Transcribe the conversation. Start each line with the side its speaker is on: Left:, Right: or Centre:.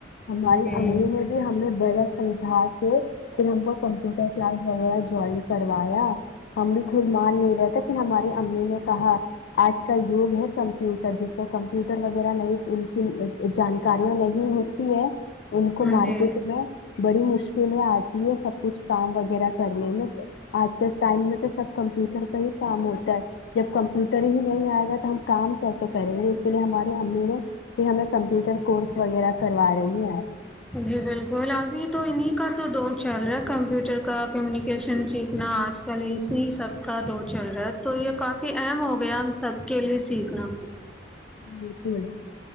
Left: ہماری
Centre: جی
Left: امی نے بھی ہمیں برف الجا سے پھر ہم کو کمپیوٹر کلاس وغیرہ جوائن کرایا ہم نے خرمان نہیں رہتا پھر ہماری امی نے کہا آج کا یوگ ہے کمپیوٹر جس پ کمپیوٹر وغیرہ نہیں ان کی جانکاریاں نہیں ہوتی ہے ان کو
Centre: ہاں
Left: مارکیٹ
Centre: جی
Left: میں بڑی مشکلیں آتی ہے سب کچھ کام وغیرہ کرنے میں آج کے ٹائم میں تو سب کمپیوٹر پ ہی کام ہوتا ہے جب کمپیوٹر ہی نہیں آئے گا تو ہم کام کیسے کریں گے اس کے لیے ہماری امی نے پ ہمیں کمپیوٹر کورس وغیرہ کروا رہی ہے
Centre: جی بالکل ابھی تو انیں کا تو دور چل رہا ہے کمپیوٹر کا کمیونیکیشن سیکھنا آج کل اسی سب کا دور چل رہا ہے تو یہ کافی اہم ہو گیا سب کے لیے سیکھنا
Left: جی بول <unintelligible>